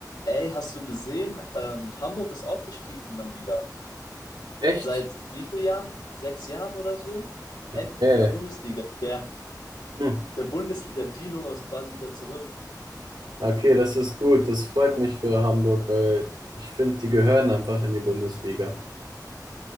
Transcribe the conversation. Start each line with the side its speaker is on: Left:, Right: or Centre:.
Left: Ey, hast du gesehen? Ähm, Hamburg ist aufgestiegen mal wieder.
Right: Echt?
Left: Seit wie vielen Jahren? Sechs Jahren oder so? Endlich
Right: Okay.
Left: wieder Bundesliga. Der,
Right: Hm.
Left: der Bundesliga-Dino ist quasi wieder zurück.
Right: Okay, das ist gut. Das freut mich für Hamburg, weil ich finde, die gehören einfach in die Bundesliga.